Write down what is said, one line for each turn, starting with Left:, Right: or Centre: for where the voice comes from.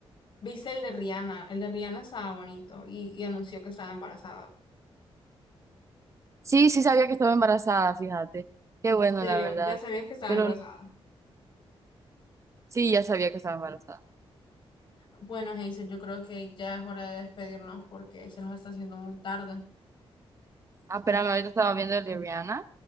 Left: ¿Viste el de Rihanna? El de Rihanna estaba bonito y, y anunció que estaba embarazada.
Right: Sí, sí sabía que estaba embarazada, fíjate. Qué bueno,
Left: En serio,
Right: la verdad.
Left: ya sabían que estaba
Right: Pero
Left: embarazada.
Right: Sí, ya sabía que estaba embarazada.
Left: Bueno, Hazel, yo creo que ya es hora de despedirnos porque se nos está haciendo muy tarde.
Right: Ah, espérame, ahorita estaba viendo el de Rihanna.